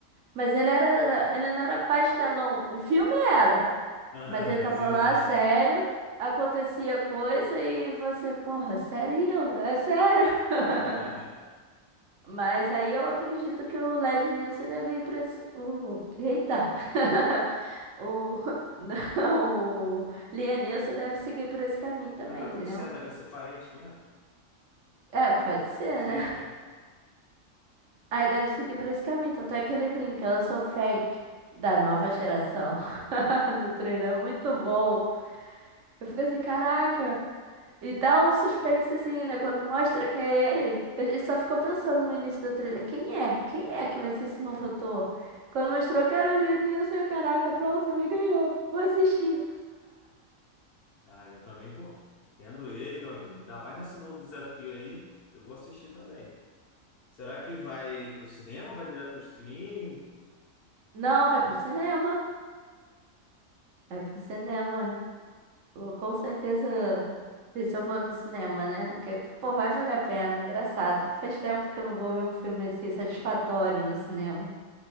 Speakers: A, on the right; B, on the left.
A: Mas ele era. Ele não era pastelão. O filme era.
B: Ah,
A: Mas ele
B: mas
A: tava
B: ele
A: lá
B: não.
A: sério. Acontecia coisa e você, porra, sério? É sério?
B: <laughs>
A: <laughs> Mas aí eu acredito que o Led Nilson deve ir para o. Eita! <laughs> O. Não, o Lianilson deve seguir por esse caminho também,
B: Ah, tá
A: entendeu?
B: tudo certo, deve ser parente mesmo.
A: É, pode ser,
B: <laughs>
A: né? Aí deve seguir por esse caminho. Tanto é que ele brinca, eu sou o Frank, da nova geração. <laughs> No trailer é muito bom. Eu fico assim, caraca, E dá um suspensezinho, né? Quando mostra que é ele, a gente só ficou pensando no início do trailer, quem é? Quem é que vai ser esse novo ator? Quando mostrou que era o Lianilson, eu, caraca, pronto, me ganhou. Vou assistir.
B: Ah, eu também vou. Vendo ele, meu amigo, ainda mais nesse novo desafio aí, eu vou assistir também. Será que vai pro cinema, ou vai direto pro streaming?
A: Não, vai pro cinema. Vai pro cinema. Vou com certeza ver se eu vou no cinema, né? Porque, pô, vai valer a pena, é engraçado. Faz tempo que eu não vou ver um filme assim satisfatório no cinema.